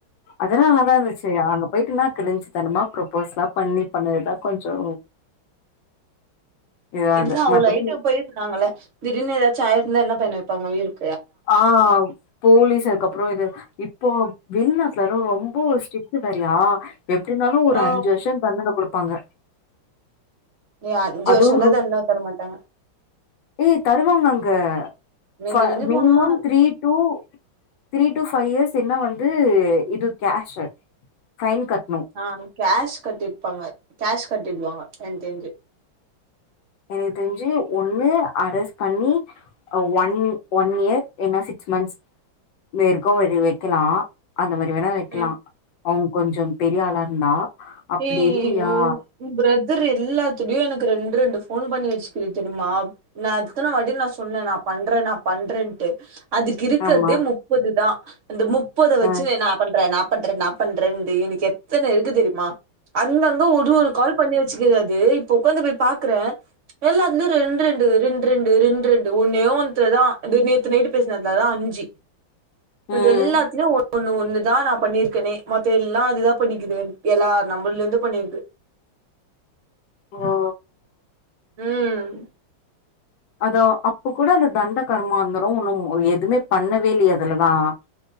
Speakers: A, on the left; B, on the right.
A: அதனாலதா இந்துச்சி அங்கப் போயிட்டுனா கிழஞ்சுத்தனமா ப்ரொப்போஸ்லாம் பண்ணி பண்ணதுதா கொஞ்சோ இதாது
B: இல்ல அவளோ
A: மத்தபடி
B: ஐட்டு போயிருந்தாங்கள திடீர்னு ஏதாச்சு ஆயிருந்தா என்ன பண்ணிர்ப்பாங்க உயிருக்
A: ஆம் போலீஸ் அதுக்கு அப்புறோ இது இப்போ வெளிநாட்லலா ரொம்போ ஸ்ரிட் டு வேறயா எப்டினாலு ஒரு
B: ஆ
A: அஞ்சு வர்ஷோ தண்டன குடுப்பாங்க
B: ஏ அஞ்சு
A: அதுவு
B: வர்ஷோல்லா தண்டன தரமாட்டாங்க
A: ஏய் தருவாங்க அங்க
B: மிஞ்சி
A: ஃப
B: மிஞ்சி
A: minimum
B: போனா
A: three two three two five years இல்லான்னா வந்து இது கேஷு ஃபைன் கட்ணு
B: ஆ கேஷ் கட்டிருப்பாங்க கேஷ் கட்டிடுவாங்க எனக் தெர்ஞ்சு
A: எனக் தெர்ஞ்சு ஒண்ணு அரஸ்ட் பண்ணி ஒன் ஒன் இயர் இல்னா சிக்ஸ் மந்த்ஸ் மேருக்கு இது வெக்கலா அந்த மாரி வேணா வெக்கலா
B: ம்.
A: அவ்ங் கொஞ்சம் பெரிய ஆளா இருந்தா அப்பிடி
B: ஏய்
A: இல்லையா
B: உ பிரதர் எல்லாத்துலயையு எனக் ரெண்ட் ரெண்டு ஃபோன் பண்ணி வெச்சுகிது தெரிமா நா எத்தன வாட்டி நா சொன்னே நா பண்றே நா பண்றேன்ட்டு அதுக்கு இருக்கற்தே
A: ஆமா
B: முப்பது தா அந்த முப்பத வெச்சுனு
A: ஆ
B: நா பண்ற நா பண்ற நா ப் பண்றெண்ந்து எனக்கு எத்தன இருக்கு தெரியுமா அங்கங்க ஒரு ஒரு கால் பண்ணி வெச்சுக்குது அது இப்ப உக்காந்து போய் பாக்கற எல்லாத்திலியு ரெண்ட் ரெண்டு ரெண்ட் ரெண்டு ரெண்ட் ரெண்டு ஒன்னே ஒன்த்துல தா‌ இதோ நேத்து நைட்டு பேசினத்தலதா அஞ்சு
A: ம்
B: மத்த எல்லாத்திலியு ஒ ஒண்ணு ஒண்ணு தா நா பண்ணியிருக்கனே மத்த எல்லா அதுதா பண்ணிக்குது எல்லா நம்பர்லருந்து பண்ணிருக்கு
A: ஓ ஓ
B: ம்
A: அதோ அப்ப கூட அந்த தண்ட கர்மாந்தரோ ஒன்னு எதுமே பண்ணவே இல்லையா அதுலதா